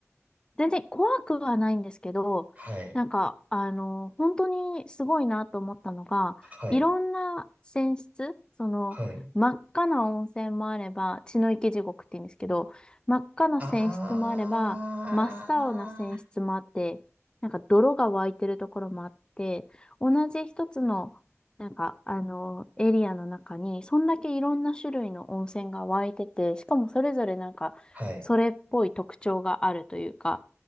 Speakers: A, on the left (about 15°); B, on the right (about 30°).
A: 全然怖くはないんですけど、
B: はい、
A: なんか、あの、本当にすごいなと思ったのが、
B: はい、
A: いろんな泉質、その、
B: はい。
A: 真っ赤な温泉もあれば、血の池地獄って言うんですけど、真っ赤な泉質もあれば、
B: あ
A: 真っ青な泉質もあって、なんか泥が湧いてるところもあって、同じ一つの、なんか、あの、エリアの中に、そんだけいろんな種類の温泉が湧いてて、しかもそれぞれなんか、
B: あ、はい、
A: それっぽい特徴があるというか、